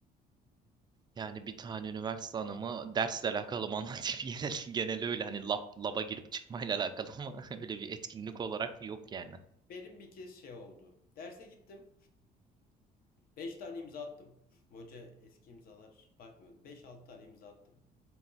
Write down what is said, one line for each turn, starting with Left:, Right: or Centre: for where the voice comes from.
Right: Yani bir tane üniversite anımı dersle alakalı mı anlatayım <laughs> genel, genel öyle hani lab, laba girip çıkmayla alakalı ama <laughs> öyle bir etkinlik olarak yok yani.
Left: Benim bir kez şey oldu. Derse gittim. 5 tane imza attım. <laughs> Hoca eski imzalar bakmıyordu. Beş altı tane imza attım.